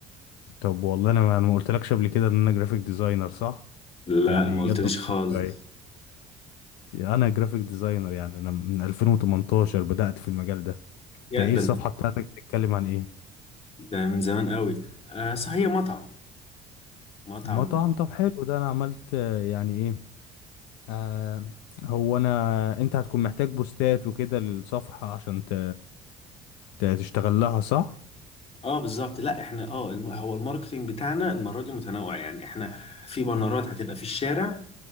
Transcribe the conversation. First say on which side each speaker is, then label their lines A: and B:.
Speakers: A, on the left; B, on the left.
A: طب والله انا انا ما قلتلكش قبل كده ان انا جرافيك ديزاينر صح
B: لا
A: يعني
B: ما قلتليش
A: جت <laughs> بالصدفه
B: خالص
A: ايه انا جرافيك ديزاينر يعني انا من 2018 بدأت في المجال ده انت
B: يا
A: ايه
B: ده
A: الصفحه
B: انت
A: بتاعتك بتتكلم عن ايه
B: ده من زمان قوي آه صح هي مطعم مطعم
A: مطعم طب حلو ده انا عملت آه، يعني ايه آه هو انا انت هتكون محتاج بوستات وكده للصفحه عشان ت... ت- تشتغل لها صح
B: اه بالظبط لا احنا اه الم- هو الماركتينج بتاعنا المره دي متنوع يعني احنا في بانرات هتبقى في الشارع